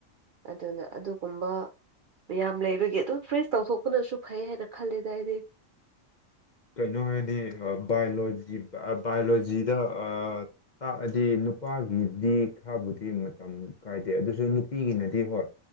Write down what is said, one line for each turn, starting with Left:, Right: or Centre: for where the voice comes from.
Right: ꯑꯗꯨꯅ ꯑꯗꯨꯒꯨꯝꯕ ꯌꯥꯝ ꯂꯩꯕꯒꯤ ꯑꯗꯨꯝ ꯐ꯭ꯔꯦꯁ ꯇꯧꯊꯣꯛꯄꯅꯁꯨ ꯐꯩ ꯍꯥꯏꯅ ꯈꯜꯂꯦꯗ ꯑꯩꯗꯤ
Left: ꯀꯩꯅꯣ ꯍꯥꯏꯗꯤ ꯕꯥꯏꯌꯣꯂꯣꯖꯤ ꯕꯥꯏꯌꯣꯂꯣꯖꯤꯗ ꯇꯥꯛꯑꯗꯤ ꯅꯨꯄꯥꯒꯤꯗꯤ ꯈꯔꯥꯕꯨꯗꯤ ꯃꯇꯝ ꯀꯥꯏꯗꯦ ꯑꯗꯨꯁꯨ ꯅꯨꯄꯤꯒꯤꯅꯗꯤ ꯍꯣꯏ